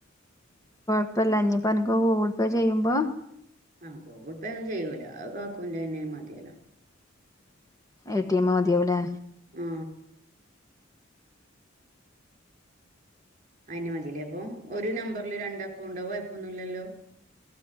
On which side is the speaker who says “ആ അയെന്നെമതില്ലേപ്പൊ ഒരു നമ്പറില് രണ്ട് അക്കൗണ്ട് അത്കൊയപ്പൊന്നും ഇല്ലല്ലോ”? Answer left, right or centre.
Right